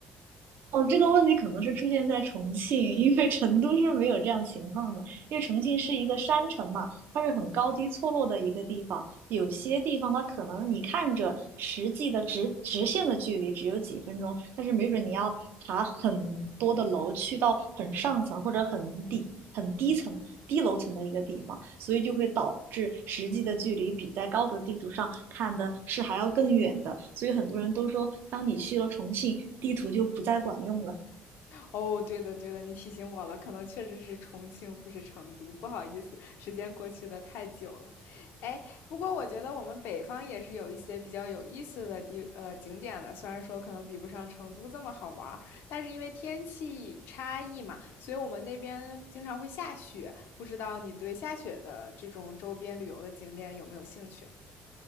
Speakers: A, on the right; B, on the left.
A: 哦，这个问题可能是出现在重庆，<laughs> 因为成都是没有这样情况的，因为重庆是一个山城嘛，它是很高低错落的一个地方，有些地方它可能你看着实际的直直线的距离只有几分钟，但是没准你要爬很多的楼，去到很上层或者很底、很低层、低楼层的一个地方，所以就会导致实际的距离比在高德地图上看的是还要更远的。所以很多人都说，当你去了重庆，地图就不再管用了。
B: 哦，对的，对的，你提醒我了，可能确实是重庆，不是成都，不好意思，时间过去的太久了。哎，不过我觉得我们北方也是有一些比较有意思的地呃景点的，虽然说可能比不上成都这么好玩儿，但是因为天气差异嘛，所以我们那边经常会下雪。不知道你对下雪的这种周边旅游的景点有没有兴趣？